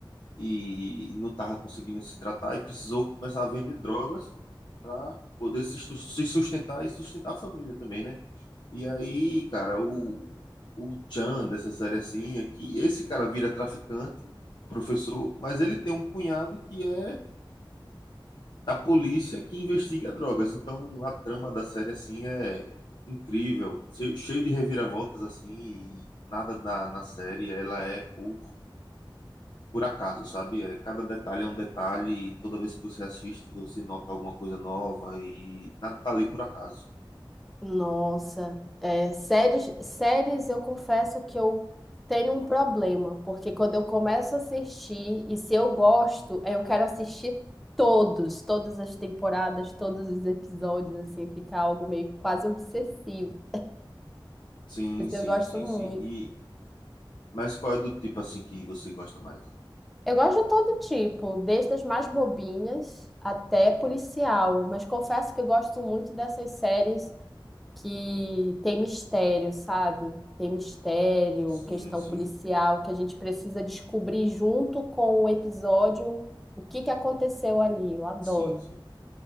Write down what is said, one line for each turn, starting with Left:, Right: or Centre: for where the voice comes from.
Left: e não estava conseguindo se tratar e precisou começar a vender drogas para poder se stu- se sustentar e sustentar a família também, né? E aí, cara, o, o Chan dessa série assim é que esse cara vira traficante, professor, mas ele tem um cunhado que é da polícia que investiga drogas. Então a trama da série assim é incrível, che- cheio de reviravoltas assim, e nada na, na série ela é por por acaso, sabe? É, cada detalhe é um detalhe, e toda vez que você assiste, você nota alguma coisa nova e nada tá ali por acaso.
Centre: Nossa, é, séries, séries eu confesso que eu tenho um problema, porque quando eu começo a assistir, e se eu gosto, eu quero assistir todos, todas as temporadas, todos os episódios, assim, ficar algo meio quase obsessivo.
Left: Sim,
Centre: Mas
Left: sim,
Centre: eu gosto
Left: sim,
Centre: muito.
Left: sim. E mas qual é do tipo assim que você gosta mais?
Centre: Eu gosto de todo tipo, desde as mais bobinhas até policial, mas confesso que eu gosto muito dessas séries. que tem mistério, sabe? Tem mistério,
Left: Sim,
Centre: questão
Left: sim.
Centre: policial, que a gente precisa descobrir junto com o episódio o que que aconteceu ali. Eu adoro.
Left: Sim, sim.